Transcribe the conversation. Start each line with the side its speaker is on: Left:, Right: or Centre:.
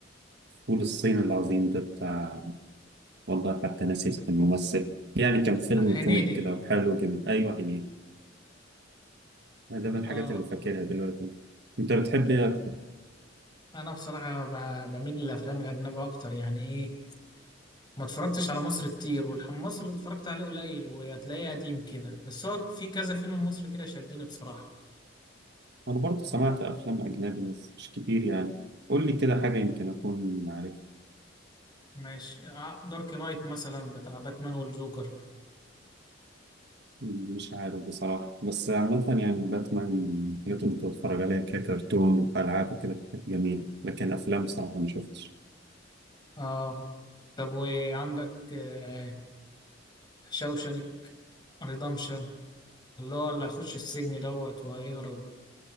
Right: فول الصين العظيم ده بتاع والله حتى ناسي اسم الممثل يعني كان فيلم
Left: هنيدي
Right: كوميدي كده وحلو وجميل أيوة هنيدي ده من الحاجات
Left: اه
Right: اللي فاكرها دلوقتي أنت بتحب إيه أكتر؟
Left: انا بصراحة ب- بميل للافلام الاجنبية اكتر يعني ايه ما اتفرجتش على مصر كتير والحم مصر اللي اتفرجت عليه قليل وهتلاقيه قديم كده بس هو في كذا فيلم مصري كده شدني بصراحة
Right: أنا برضه سمعت أفلام أجنبي بس مش كتير يعني قول لي كده حاجة يمكن أكون عارف
Left: ماشي آه، دارك نايت مثلا بتاع باتمان والجوكر
Right: مش عارف بصراحة بس عامة يعني باتمان من الحاجات اللي كنت بتفرج عليها ككرتون وألعاب وكده كانت جميلة لكن أفلام بصراحة ما شفتش
Left: اه طب وعندك آه شاوشانك ريدمشن اللي هو اللي هيخش السجن دوت وهيهرب